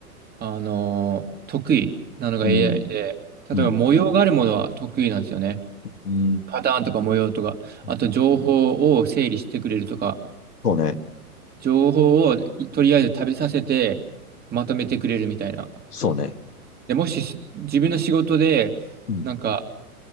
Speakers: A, on the right; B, on the left.
A: あの得意なのが
B: うん、
A: AI で、例えば模様があるものは得意なんですよね。
B: うん、うん、
A: パターンとか模様とか、
B: うん。
A: あと情報を整理してくれるとか、
B: そうね。
A: 情報をとりあえず食べさせてまとめてくれるみたいな。
B: そうね。
A: で、もしし自分の仕事で、
B: うん、
A: なんか